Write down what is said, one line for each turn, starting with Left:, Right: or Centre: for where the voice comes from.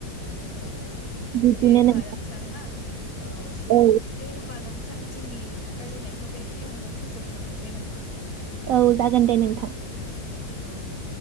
Left: औ औ।
Right: बिदिनो
Left: दे होमबा
Right: नों।
Left: नोंथां ना। औ
Right: औ
Left: दै होमबा नों थां दिनि रायलायनायखौ बेखियावनो फोजोबथ'नोसै नामा?
Right: औ जागोन दे नोंथां।
Left: औ दे।